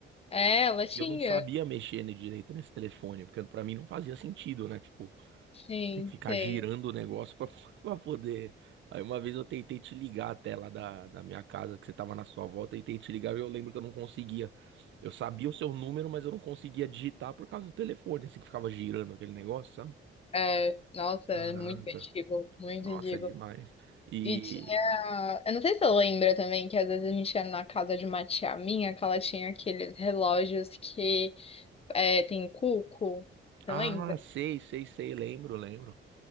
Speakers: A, on the left; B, on the right.
A: É, ela tinha.
B: E eu não sabia mexer ne- direito nesse telefone, porque pra mim não fazia sentido, né? Tipo,
A: Sim,
B: Tem que ficar
A: sim.
B: girando o negócio pra, <laughs> pra poder. Aí uma vez eu tentei te ligar até lá da, da minha casa, que você tava na sua volta, tentei te ligar e eu lembro que eu não conseguia. Eu sabia o seu número, mas eu não conseguia digitar por causa do telefone, assim que ficava girando aquele negócio, sabe?
A: É, nossa,
B: Caraca.
A: é muito antigo, muito
B: Nossa,
A: antigo.
B: é demais. E.
A: E tinha. Eu não sei se você lembra também que às vezes a gente ia na casa de uma tia minha, que ela tinha aqueles relógios que é, tem cuco. Você
B: Ah,
A: lembra?
B: sei, sei, sei, lembro, lembro.